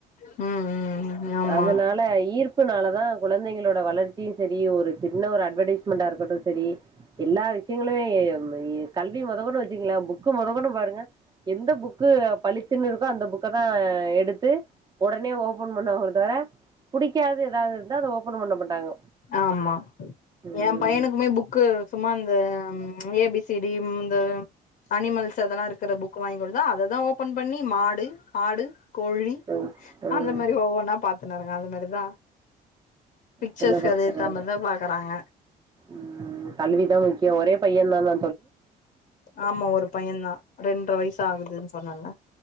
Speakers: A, on the left; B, on the right.
A: ம் ம் ஆமா
B: அதனால ஈர்ப் புனால தா குழந்தைங்களோட வளர்ச்சியு சரி ஒரு சின்ன ஒரு அட்வர்டெய்ஸ்மெண்ட்டா இருக்கட்டு செரி ப்ப எல்லா விஷயங்களே நம்ம கல்வி மொதகொண்டு வச்சுங்களே புக்கு மொதகொண்டு பாருங்க எந்த புக்கு பளிச்சினு இருக்கோ அந்த புக் க்கதா எடுத்து ஒடனே ஓபன் பண்ணு ஒரு தர புடிக்காது எதாது இருந்தா அத ஓபன் பண்ண மாட்டாங்க
A: ஆமா
B: ம்
A: எம் பையனுக்குமே புக்கு சும்மா அந்த ம் ஏ பி சி டி இந்த அனிமல்ஸ் அதெல்லா இருக் குற புக் வாங்க்குடுத்தா அததா ஓபன் பண்ணி மாடு ஆடு கோழி
B: ம் ம்
A: அந்த மாரி ஒவ்வொன்னா பாத்துனுருக்கா அது மாரிதா பிக்சர்ஸ்க்கு
B: சின்ன பசங்கள்ள
A: அது ஏத்த மாரிதா பாக்குறாங்க
B: ம் கல்விதா முக்கியோ ஒரே பையந்தானா
A: ஆமா ஒரு பையந்தா ரெண்ற வயிசு ஆகுதுன் சொன்னன்ல